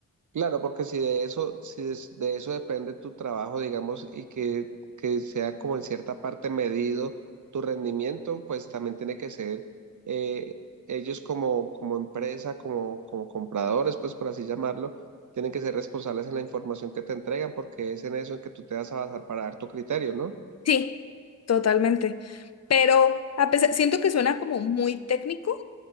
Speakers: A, on the right (about 65°); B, on the left (about 50°).
A: Claro, porque si de eso, si de, de eso depende tu trabajo, digamos, y que, que sea como en cierta parte medido tu rendimiento, pues también tiene que ser eh, ellos como, como empresa, como, como compradores, pues por así llamarlo, tienen que ser responsables en la información que te entregan, porque es en eso en que tú te vas a basar para dar tu criterio, ¿no?
B: Sí, totalmente. Pero a pesar, siento que suena como muy técnico